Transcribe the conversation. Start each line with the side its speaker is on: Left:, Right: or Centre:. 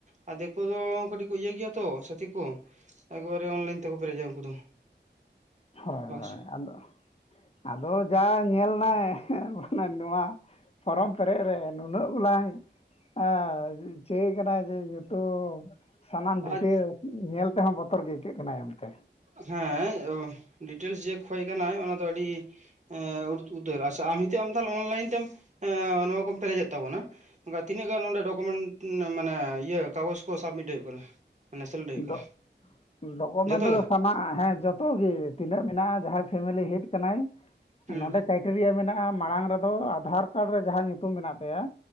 Right: ᱟᱨ ᱫᱤᱠᱩ ᱫᱚ ᱠᱟᱹᱴᱤᱡ ᱠᱚ ᱤᱭᱟᱹ ᱜᱤᱭᱟ ᱛᱚ ᱪᱷᱟᱛᱤᱠ ᱠᱚ᱾ ᱮᱠᱵᱟᱨᱮ ᱚᱱᱞᱟᱭᱤᱱ ᱛᱮᱠᱚ ᱯᱮᱨᱮᱡᱟ ᱩᱱᱠᱩ ᱫᱚ᱾
Left: ᱦᱳᱭ
Right: ᱯᱷᱟᱥᱴ
Left: ᱦᱳᱭ, ᱟᱫᱚ ᱟᱫᱚ ᱡᱟ ᱧᱮᱞ ᱟᱱᱮ ᱱᱚᱣᱟ ᱯᱷᱚᱨᱚᱢ ᱯᱮᱨᱮᱡ ᱨᱮ ᱱᱩᱱᱟᱹᱜ ᱜᱚᱞᱟᱝ ᱟᱹ ᱪᱤᱠᱟᱜ ᱠᱟᱱᱟ ᱡᱮ ᱧᱩᱛᱩᱢ ᱥᱟᱱᱟᱢ ᱰᱤᱴᱮ
Right: ᱟᱨ
Left: ᱧᱮᱞ ᱛᱮᱦᱚᱸ ᱵᱚᱛᱚᱨ ᱜᱮ ᱟᱹᱭᱠᱟᱹᱜ ᱠᱟᱱᱟ ᱮᱢᱛᱮ᱾
Right: ᱦᱮᱸ ᱰᱤᱴᱮᱞᱥ ᱡᱮ ᱠᱷᱚᱡ ᱠᱟᱱᱟᱭ ᱚᱱᱟ ᱫᱚ ᱟᱹᱰᱤ ᱮᱸ ᱩᱫ ᱩᱫᱟᱹᱨ ᱟᱪᱪᱷᱟ ᱟᱢ ᱡᱮ <unintelligible> ᱚᱱᱞᱟᱭᱤᱱ ᱛᱮᱢ ᱮᱸ ᱱᱚᱣᱟ ᱠᱚᱢ ᱯᱮᱨᱮᱡᱮᱫ ᱛᱟᱵᱚᱱᱟ, ᱚᱱᱠᱟ ᱛᱤᱱᱟᱹᱜ ᱜᱟᱱ ᱚᱸᱰᱮ ᱰᱚᱠᱚᱢᱮᱱᱴ ᱢᱟᱱᱮ ᱤᱭᱟᱹ ᱠᱟᱜᱚᱡᱽ ᱠᱚ ᱥᱟᱵᱢᱤᱴ ᱦᱩᱭᱩᱜ ᱠᱟᱱᱟ? ᱢᱟᱱᱮ ᱥᱮᱞᱮᱫ ᱦᱩᱭᱩᱜ ᱠᱟᱱᱟ
Left: ᱰᱟᱜ ᱰᱚᱠᱚᱢᱮᱱᱴ
Right: ᱡᱷᱚᱛᱚ
Left: ᱫᱚ
Right: ᱜᱮ
Left: ᱥᱟᱱᱟ ᱦᱮᱸ ᱡᱚ ᱛᱚ ᱜᱮ ᱛᱤᱱᱟᱹᱜ ᱢᱮᱱᱟᱜᱼᱟ, ᱡᱟᱦᱟᱸᱭ ᱯᱷᱮᱢᱮᱞᱤ ᱦᱮᱰ ᱠᱟᱱᱟᱭ
Right: ᱦᱩᱸ
Left: ᱱᱚᱰᱮ ᱠᱟᱭ ᱴᱮᱨᱤᱭᱟ ᱢᱮᱱᱟᱜᱼᱟ ᱢᱟᱲᱟᱝ ᱨᱮᱫᱚ ᱟᱫᱷᱟᱨ ᱠᱟᱨᱰ ᱨᱮ ᱡᱟᱦᱟᱸ ᱧᱩᱛᱩᱢ ᱢᱮᱱᱟᱜ ᱛᱟᱭᱟ